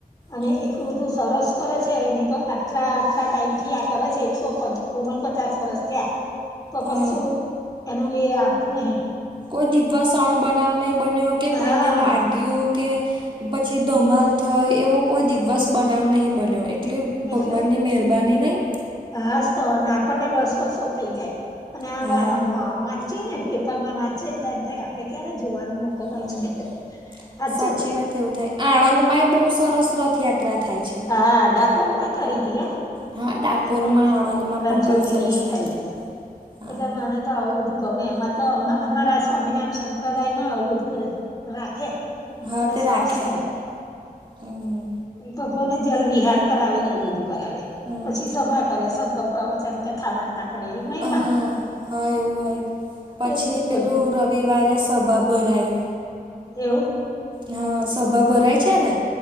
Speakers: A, on the left (about 25°); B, on the right (about 30°).
A: અને
B: હમ
A: એટલું બધું સરસ કરે છે એની તો આટલા આટલા ટાઈમથી આ કરે છે એકસો પ ઓગણપચાસ વરસ થીયા. તો
B: હા
A: કશું એનું એ આવતું નહી.
B: કોઈ દિવસ અણબનાવ નહી બન્યો કે કોઈને
A: હા
B: વાગ્યું કે પછી ધમાલ થઈ એવો કોઈ દિવસ બનાવ નહીં બન્યો એટલે ભગવાનની
A: એટલે
B: મહેરબાની નહીં.
A: હાસ તો આપણને વસ વસો થઈ જાય અને આ
B: હા
A: વહે હું વાંચીએ ને પેપરમાંં વાંચીએ ને એમ થાય કે આપણે ક્યારે જોવાનો મોકો મળશે
B: હમ..
A: સાચું
B: સાચી વાત એવું થાય આણંદ માય બહુ સરસ રથયાત્રા થાય છે.
A: હા ડાકોર મા કરી તી હ
B: હા
A: ડાકોરમાં
B: આણંદમાં
A: રણછોડીજીની
B: પણ બહુ સરસ
A: એ
B: થાય
A: કરી હતી.
B: હા
A: એટલે મને તો આવું બધું ગમે એમાં તો અમારા સ્વામિનારાયણ સંપ્રદાય માં આવું બધું અ રાખે
B: હા
A: અને
B: તે
A: સરસ
B: રાખે
A: કરે.
B: હમ
A: ભગોને જલ વિહાર કરાવે ને એવું બધું કરાવે
B: હમ
A: પછી સભા કરે સંતો પ્રવચન કથા વા તા કરે એ મહિમા
B: હા હા એવું હોય પછી
A: એ રીતનું
B: પેલું
A: બધું
B: રવિવારે સભા ભરાય.
A: એવુ.
B: હા, સભા ભરાય છે ને